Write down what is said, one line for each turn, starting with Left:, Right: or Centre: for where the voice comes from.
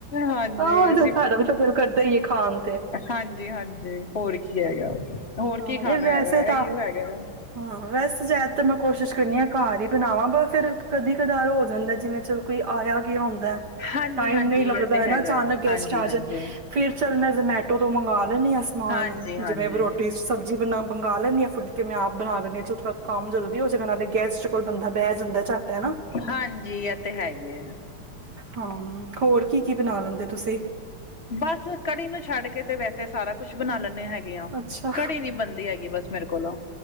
Left: ਹਾਂਜੀ
Right: ਆਹੋ ਸਾਡਾ ਵੀ ਦਿਲ ਕਰਦਾ ਈ ਏ ਖਾਣ ਤੇ।
Left: ਹਾਂਜੀ-ਹਾਂਜੀ ਹੋਰ ਕੀ ਹੈਗਾ, ਹੋਰ
Right: ਹਾਂ,
Left: ਕੀ ਖਾਣਾ
Right: ਨਹੀਂ
Left: ਹੈਗਾ,
Right: ਵੈਸੇ ਤਾਂ
Left: ਇਹੀਓ ਹੈਗਾ।
Right: ਹਾਂ ਵੈਸ ਜ਼ਿਆਦਾਤਰ ਮੈਂ ਕੋਸ਼ਿਸ਼ ਕਰਨੀ ਹਾਂ ਘਰ ਹੀ ਬਣਾਵਾਂ ਬ ਫਿਰ ਕਦੀ ਕਧਾਰ ਹੋ ਜਾਂਦਾ ਜਿਵੇਂ ਚਲ। ਕੋਈ ਆਇਆ ਗਿਆ ਹੁੰਦਾ
Left: ਹਾਂਜੀ
Right: ਟਾਈਮ
Left: ਹਾਂਜੀ
Right: ਨਹੀਂ ਲੱਗਦਾ
Left: ਇਹ ਤੇ
Right: ਐ
Left: ਹੈਗਾ
Right: ਨਾ ਅਚਾਨਕ
Left: ਹੈ
Right: ਗੈਸਟ
Left: ਹਾਂਜੀ
Right: ਆ
Left: ਹਾਂਜੀ
Right: ਜਾਣ। ਫੇਰ ਚੱਲ ਮੈਂ ਜ਼ਮੈਟੋ ਤੋਂ ਮੰਗਵਾ ਲੈਂਨੀ ਆ ਸਮਾਨ
Left: ਹਾਂਜੀ ਹਾਂਜੀ
Right: ਜਿਵੇਂ ਵਰੋ ਸਬਜ਼ੀ ਬਨਾ ਮੰਗਾ ਲੈਂਨੀ ਆ ਫੁਲਕੇ ਮੈਂ ਆਪ ਬਣਾ ਲੈਂਨੀ ਆ ਚਲੋ ਥੋੜਾ ਕੰਮ ਜਲਦੀ ਹੋਜੇਗਾ ਨਾਲੇ ਗੈਸਟ ਕੋਲ ਬੰਦਾ ਬਹਿ ਜਾਂਦਾ ਝੱਟ ਹਨਾਂ।
Left: ਹਾਂਜੀ ਇਹ ਤੇ ਈ ਐ।
Right: ਹਾਂ ਹੋਰ ਕੀ-ਕੀ ਬਣਾ ਲੈਂਦੇ ਤੁਸੀਂ?
Left: ਬਸ ਕੜੀ ਨੂੰ ਛੱਡ ਕੇ ਤੇ ਵੈਸੇ ਸਾਰਾ ਕੁਛ ਬਣਾ ਲੈਂਨੇ ਹੈਗੇ।
Right: ਅੱਛਾ
Left: ਕੜੀ ਨੀ ਬਣਦੀ ਹੈਗੀ ਬਸ ਮੇਰੇ ਕੋਲੋਂ।